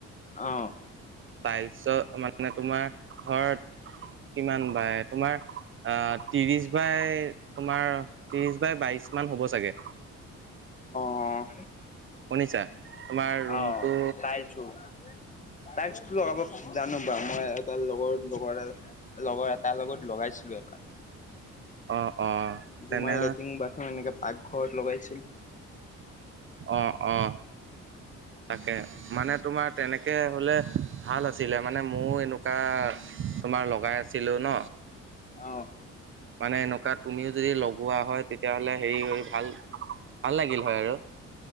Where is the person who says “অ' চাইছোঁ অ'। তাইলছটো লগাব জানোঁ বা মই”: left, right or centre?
Left